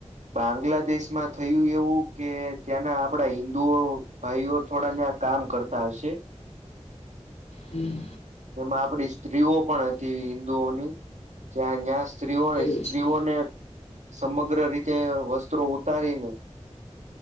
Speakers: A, on the right; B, on the left.
A: બાંગ્લાદેશમાં થયું એવું કે ત્યાંના આપડા હિન્દુઓ ભાઈઓ થોડા ત્યાં કામ કરતા હશે.
B: હમ
A: એમાં આપડી સ્ત્રીઓ પણ હતી હિન્ંદુઓની જ્યાં જ્યાં સ્ત્રીઓ
B: એવું
A: સ્ત્રીઓને
B: છે
A: સમગ્ર રીતે વસ્ત્રો ઉતારીને